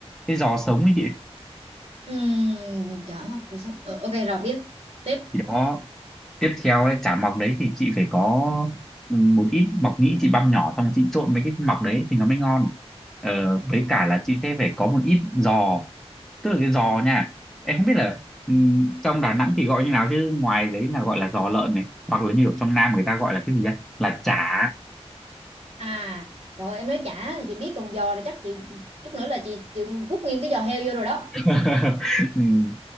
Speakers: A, in the centre; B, on the right.
A: cái giò sống ấy chị
B: uhm, chả học rồi xong Ờ, ok rồi biết tiếp
A: thì đó tiếp theo ấy, chả mọc đấy thì chị phải có ừ, một ít mọc nhĩ chị băm nhỏ xong chị trộn mấy cái mọc đấy thì nó mới ngon Ờ, với cả là chị sẽ phải có một ít giò tức là cái giò nha em không biết là ừm, trong Đà Nẵng thì gọi như nào chứ ngoài đấy là gọi là giò lợn này hoặc là như ở trong Nam người ta gọi là cái gì đó là chả
B: à trời ơi, em nói chả thì chị biết còn giò là chắc chị chút nữa là chị chịu quất nguyên cái giò heo vô rồi đó
A: <laughs> Ừm,